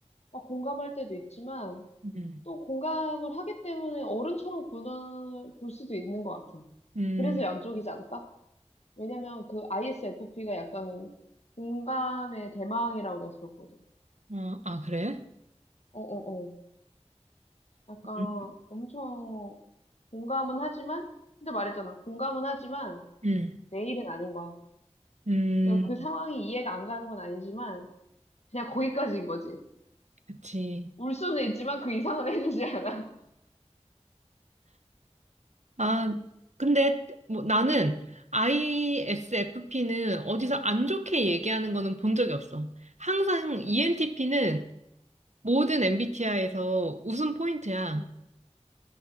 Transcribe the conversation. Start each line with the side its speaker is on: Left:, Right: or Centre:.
Left: 막 공감할 때도 있지만
Right: 음,
Left: 또 공감을 하기 때문에 어른처럼 굴, 굴 수도 있는 것 같아.
Right: 음,
Left: 그래서 양쪽이지 않을까? 왜냐면 그 ISFP가 약간 공감의 대망이라고 내가 들었거든.
Right: 어, 아, 그래?
Left: 어, 어, 어. 약간
Right: 음,
Left: 엄청 공감은 하지만, 근데 말했잖아. 공감은 하지만
Right: 음,
Left: 내일은 아닌 거야.
Right: 음.
Left: 그러니까 그 상황이 이해가 안 가는 건 아니지만, 그냥 거기까지인 거지.
Right: 그치.
Left: 울 수는 있지만 그 이상은 <laughs> 해주지 않아.
Right: 아, 근데 뭐 나는 ISFP는 어디서 안 좋게 얘기하는 거는 본 적이 없어. 항상 ENTP는 모든 MBTI에서 웃음 포인트야.
Left: 음.